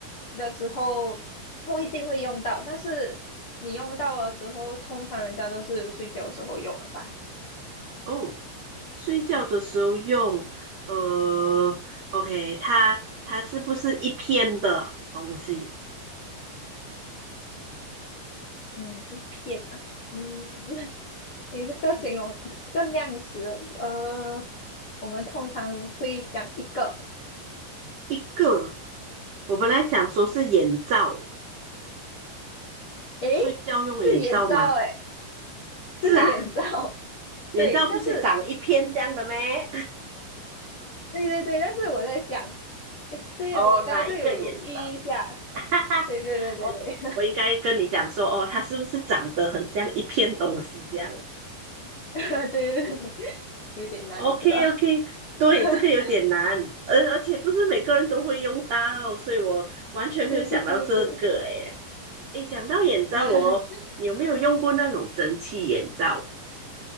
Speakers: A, on the left (about 60°); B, on the right (about 70°).
A: 的时候不一定会用到，但是你用到的时候，通常人家都是睡觉的时候用了吧？
B: 哦，睡觉的时候用呃，OK，它它是不是一片的东西？
A: 嗯，一片啊，嗯，<laughs> 你这个形容这个量词，呃，我们通常会讲一个，
B: 一个，我本来想说是眼罩，
A: 诶，
B: 睡觉用眼罩吗？
A: 自眼罩，诶，
B: 是啊，
A: 自眼罩。
B: 眼罩不是长一片这样的咩？
A: 对，但是对对对，但是我在想，
B: <laughs>
A: 对我刚才这有犹豫一下，
B: 哦，哪一个眼罩？<laughs> 哈哈。
A: 对对对对对，
B: 我应该跟你讲说，哦，它是不是长得很像一片东西这样
A: <laughs> 对对对，<laughs> 有点难哦，
B: ？OK
A: 这个
B: OK，对，
A: <laughs>
B: 这个有点难，而而且不是每个人都会用到，所以我完全没有想到这个。
A: 是是是是，
B: 诶诶，讲到眼罩哦，
A: <laughs>
B: 你有没有用过那种蒸汽眼罩？